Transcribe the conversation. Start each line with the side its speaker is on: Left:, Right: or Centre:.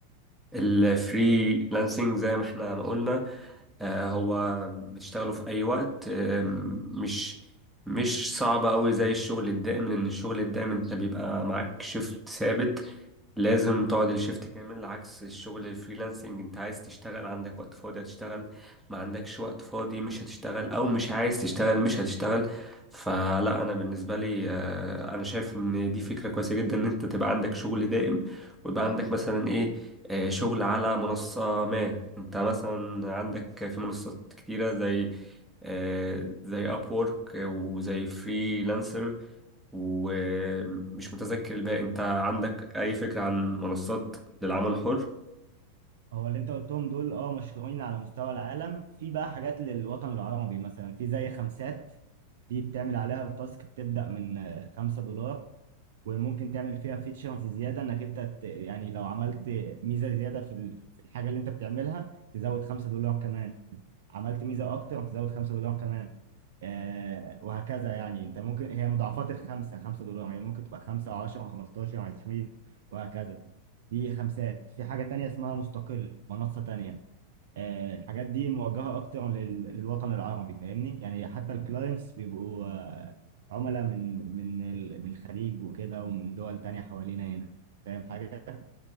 Centre: الفريلانسنج زي ما احنا ما قلنا آه، هو بتشتغله في أي وقت آم، مش مش صعب أوي زي الشغل الدائم لأن الشغل الدائم أنت بيبقى معاك شيفت ثابت لازم تقعد الشيفت كامل عكس الشغل الفريلانسنج انت عايز تشتغل عندك وقت فاضي هتشتغل ما عندكش وقت فاضي مش هتشتغل او مش عايز تشتغل مش هتشتغل فلا انا بالنسبة لي آه، انا شايف ان دي فكرة كويسة جدا ان انت تبقى عندك شغل دائم ويبقى عندك مثلا ايه آه، شغل على منصة ما انت مثلا عندك في منصات كتيرة زي آه، زي اب وورك وزي فريلانسر ومش متذكر الباقي انت عندك اي فكرة عن منصات للعمل الحر
Right: هو اللي انت قلتهم دول اه مشهورين على مستوى العالم في بقى حاجات للوطن العربي مثلا في زي خمسات دي بتعمل عليها التاسك بتبدا من آه، خمسة دولار وممكن تعمل فيها فيتشرز زياده انك انت ت- يعني لو عملت ميزه زياده في ال- في الحاجه اللي انت بتعملها تزود خمسة دولار كمان عملت ميزه اكتر هتزود 5 دولار كمان آه وهكذا يعني انت ممكن هي مضاعفات الخمسه 5 دولار يعني ممكن تبقى 5 و10 و15 و20 وهكذا دي خمسات في حاجه تانية اسمها مستقل منصه تانية آه الحاجات دي موجهه اكتر لل... للوطن العربي فاهمني يعني حتى الكلاينتس بيبقوا آه عملاء من من ال... من الخليج وكده ومن دول تانية حوالينا هنا فاهم حاجه